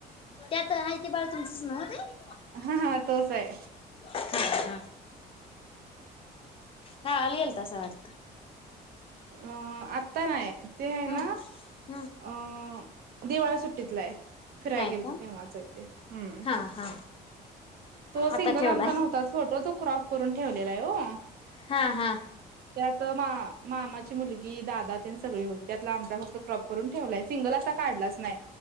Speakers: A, on the left; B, on the right.
A: त्यात हायत. ते बाळ तुमचंच नव्हं ते.
B: हा हा तोच आहे
A: हा हा हा गावाला गेलतासा वाटतं.
B: अं आता नाही ते
A: हम्म
B: आहे ना.
A: हम्म.
B: अ दिवाळी सुट्टीतला हाय फिराय
A: हाय
B: गेलतो
A: का?
B: तेव्हाचा हाय ते हूं.
A: हा हा.
B: तो
A: आता
B: सिंगल
A: ठेवलाय
B: आमचा नव्हताच फोटो तो क्रॉप करून ठेवलेला आहे हो.
A: हा हा.
B: त्यात मा मामाची मुलगी दादा तेन सगळी होती त्यातला आमचा फक्त क्रॉप करून ठेवलाय सिंगल असा काढलाच नाही